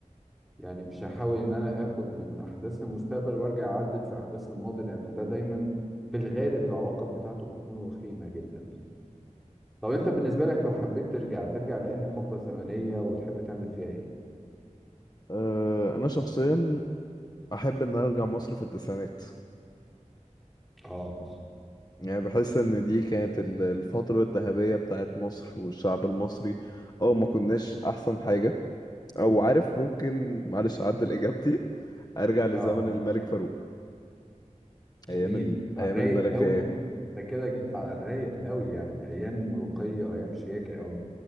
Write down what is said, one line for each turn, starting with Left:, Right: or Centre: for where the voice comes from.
Centre: يعني مش هحاول ان انا اخد من احداث المستقبل وارجع اعدل في احداث الماضي لان ده دايما في الغالب العواقب بتاعته بتكون وخيمة جدا يعني طب انت بالنسبة لك لو حبيت ترجع ترجع لأنهي حقبة زمنية وتحب تعمل فيها ايه؟
Left: أه انا شخصيا احب ان أنا ارجع مصر في التسعينات
Centre: اه
Left: يعني بحس ان دي كانت ال- الفترة الذهبية بتاعت مصر والشعب المصري او ما كناش احسن حاجة او عارف ممكن معلش اعدل اجابتي ارجع لزمن
Centre: اه
Left: الملك فاروق
Centre: جميل
Left: ايام ال...
Centre: على
Left: ايام
Centre: الرايق
Left: الملكية
Centre: قوي انت كده جيت على الرايق قوي يعني ايام رقية ايام شياكة قوي